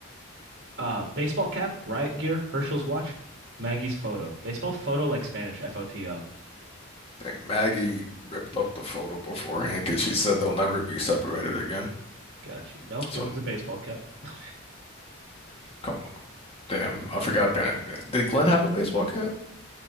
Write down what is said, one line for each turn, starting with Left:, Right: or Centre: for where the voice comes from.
Right: Uh, baseball cap, riot gear, Herschel's watch, Maggie's photo. They spelled photo like Spanish, F-O-T-O.
Left: Think Maggie ripped up the photo beforehand because she said they'll never be separated again.
Right: Got you. Nope,
Left: So.
Right: it was a baseball cap. <laughs>
Left: come. Damn, I forgot. Baron- Did Glenn have a baseball cap?